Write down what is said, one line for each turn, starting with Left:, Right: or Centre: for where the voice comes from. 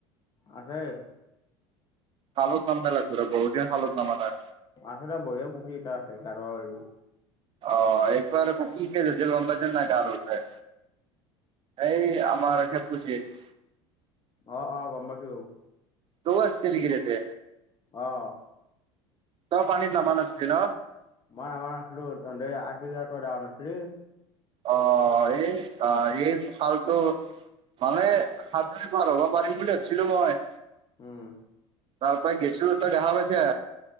Left: আছে।
Right: শালত নাম পেলাই ঘূৰে বহুত দিন শালত নামা নাই
Left: আছে দে বঢিয়া পুখুৰী এটা আছে যাম, অ', আৰু
Right: অহ, একবাৰ কি কছে হৈছিল গম পাইছা নে নাই। এই আমাৰ সেইটোজিত
Left: অ-অ গম পাইছোঁ।
Right: তায়ো আছিল নেকি তাতে,
Left: অহ,
Right: তই পানীত নামানাচিলি ন।
Left: মই নমা নাছিলো তেনধে আশী তই যাৱা নাছিলি।
Right: অ' এই-এই খালটো মানে সাতজনী পাৰ হ'ব পাৰিম বুলি ভাবিছিলো মই।
Left: উম,
Right: তাৰপৰা গৈছোঁ তই দেখা পাইছা